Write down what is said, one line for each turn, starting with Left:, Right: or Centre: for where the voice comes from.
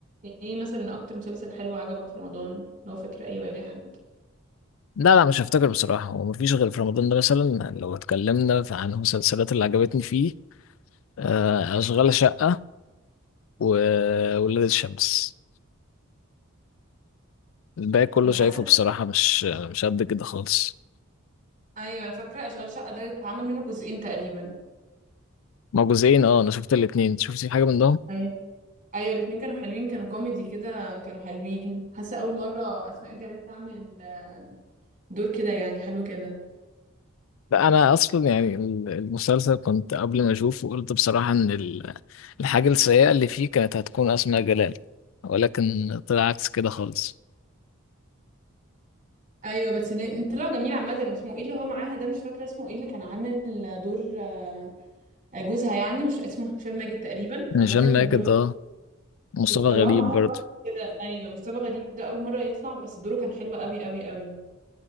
Right: ايه مثلا أكتر مسلسل حلو عجبك في رمضان لو فاكرة أي واحد
Left: لا لا مش هفتكر بصراحة هو مفيش غير في رمضان ده مثلا لو اتكلمنا في- عن المسلسلات اللي عجبتني فيه آه أشغال شقة وولاد الشمس الباقي كله
Right: أنا
Left: شايفه
Right: حاسة
Left: بصراحة
Right: إن أنا-
Left: مش مش قد كده خالص
Right: أيوه أنا فاكرة أشغال شقة ده اتعمل منه جزئين تقريبا
Left: ما هو جزئين اه انا شفت الاتنين شفتي حاجة منهم
Right: ايوه ايوه الاتنين كانوا حلوين كانوا كوميدي كده كانوا حلوين حاسه اول مره اسماء جلال تعمل آه، دور كده يعني حلو كده
Left: لا انا اصلا يعني ال- المسلسل كنت قبل ما اشوفه قلت بصراحه ان ال- الحاجه السيئه اللي فيه كانت هتكون اسماء جلال ولكن طلع عكس كده خالص
Right: ايوه بس ن- طلع جميل عامه واسمه ايه اللي هو معاها ده مش فاكره اسمه ايه اللي كان عامل دور آه، جوزها يعني مش اسمه هشام ماجد تقريبا
Left: يعني
Right: عامه
Left: هشام
Right: كان
Left: ماجد
Right: دوره حلو
Left: اه مصطفى
Right: وطلعوا
Left: غريب
Right: معاهم
Left: برضه
Right: واحد كده ايوه مصطفى غريب ده اول مره يطلع بس دوره كان حلو قوي قوي قوي